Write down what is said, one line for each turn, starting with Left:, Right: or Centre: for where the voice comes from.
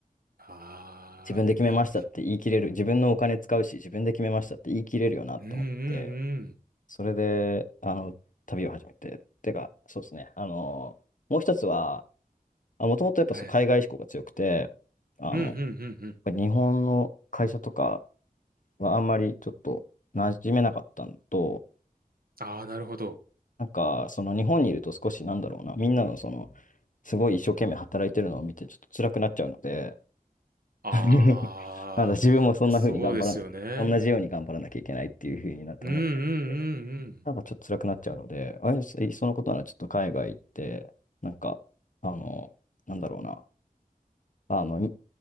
Right: ああ、
Left: 自分で決めましたって言い切れる、
Right: でもいい。
Left: 自分のお金使うし、自分で決めましたって言い切れるよなって思って、
Right: うん、うん、うん。
Left: それで、あの、旅を始めて、てか、そうですね、あの、もう一つは、あ、もともとやっぱそう海外志向が強くて、
Right: はい。
Left: あの、
Right: うん、うん、うん、うん。
Left: 日本の会社とかはあんまりちょっと馴染めなかったのと、
Right: ああ、なるほど。
Left: なんか、その日本にいると少しなんだろうな、みんなのその、すごい一生懸命働いてるのを見てちょっと辛くなっちゃうので、
Right: ああ、
Left: <laughs> なんだ自分もそんな風に頑張らな、
Right: そうですよね。
Left: 同じように頑張らなきゃいけないっていう風になって思っちゃって、
Right: うんうんうんうん。
Left: なんかちょっと辛くなっちゃうので、あいそいっそのことならちょっと海外行って、なんか、あの、なんだろうな、あの、い